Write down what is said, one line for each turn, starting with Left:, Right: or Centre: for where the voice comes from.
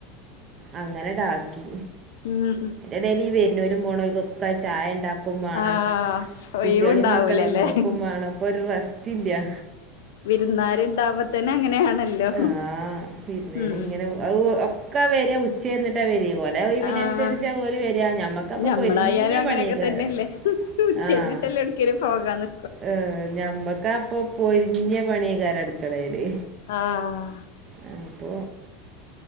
Right: അങ്ങനെ ഡാക്കി
Left: ഉം
Right: എതേലും ഡെലി ഈ വെര്ണോൽക്കും പോണാേൽക്കൊക്കെ ചായണ്ടാ ക്കും മാണം
Left: ആഹ്
Right: കുട്ട്യാളിം
Left: ഒഴിവുണ്ടാവൂലല്ലേ
Right: മക്കളിം നോക്കും മാണം പ്പൊര് റെസ് ചില്ല്യാ
Left: വിര്ന്നാര്ണ്ടാവ്മ്പത്തന്നെ അങ്ങനെയാണല്ലോ
Right: ആഹ് വിരുന്നേര്
Left: ഉം
Right: ഇങ്ങനെ അത് ഒക്കെ വെരാ ഉ ച്ചര്ഞ്ഞ്ട്ടാ വര്യേ ഓലെ ഒയ്വ്നൻസര്ച്ചാ
Left: ആഹ്
Right: ഓല് വെരാ ഞമ്മക്കപ്പം
Left: ഞമ്മളായാലും
Right: പൊര്ഞ്ഞ
Left: അങ്ങനെയൊക്കെ
Right: പണ്യേക്കാരം
Left: <inaudible>
Right: ആഹ്
Left: ക്കിലും പോകാന്ന്
Right: ഏഹ് ഞമ്മക്കപ്പൊ പൊര്ഞ്ഞ പണ്യേക്കാര അട്ക്കെളേല്
Left: ആഹ്
Right: ആഹ് അപ്പൊ